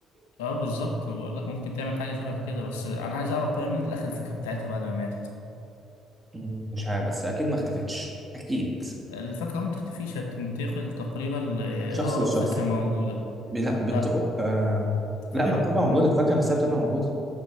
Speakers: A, on the left; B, on the right.
A: اه بالظبط بقول لك ممكن تعمل حاجه شبه كده بس انا عايز اعرف بقى مين اللي اخذ الفاكهه بتاعتها بعد ما ماتت
B: <laughs> مم، مش عارف بس اكيد ما اختفتش اكيد
A: الفاكهه ما بتختفيش هي بتنتقل تقريبا لاقرب
B: من شخص لشخص
A: فاكهه موجوده
B: ب- لا بتروح
A: لا
B: آه...
A: افهمك
B: لا ما بتبقى
A: لما
B: موجوده الفاكهه نفسها بتبقى موجوده